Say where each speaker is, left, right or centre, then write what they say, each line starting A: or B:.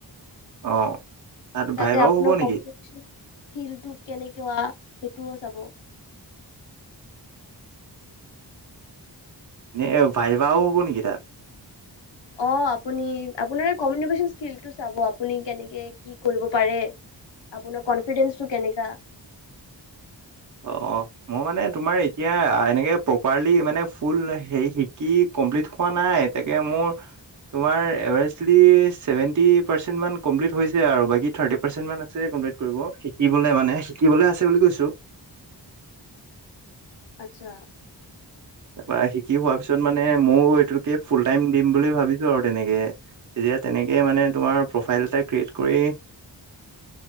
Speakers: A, on the right; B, on the left.
A: অ। তাত
B: তাতে
A: ভাইভাও
B: আপোনাৰ
A: হ'ব নেকি?
B: Competitive issue. স্কিলটো কেনেকুৱা সেইটোও চাব।
A: নে ভাই ভাও হ'ব নেকি তাত?
B: অ, আপুনি আপোনাৰ কমিউনিকেচন স্কিলটো চাব আপুনি কেনেকে কি কৰিব পাৰে। আপোনাৰ কনফিডেঞ্চটো কেনেকা।
A: অ মই মানে তোমাৰ এতিয়া এনেকে প্ৰপাৰলি মানে ফুল সেই শিকি কমপ্লিট খোৱা নাই তাকে মোৰ তোমাৰ এভাইলি চেভেন্টি পাৰ্চেন্ট কমপ্লিট হৈছে আৰু বাকী থাৰ্টি পাৰ্চেট আছে। কমল্পিট কৰিব মানে শিকিবলৈ আছে বুলি কৈছো।
B: আচ্ছা।
A: তাপা শিকি হোৱাৰ পিছত মানে ময়ো এইটোকে ফুল টাইম দিম বুলি ভাবিছো আৰু তেনেকে তেতিয়া তেনেকে মানে তোমাৰ প্ৰফাইল এটা ক্ৰিয়েট কৰি
B: <inaudible>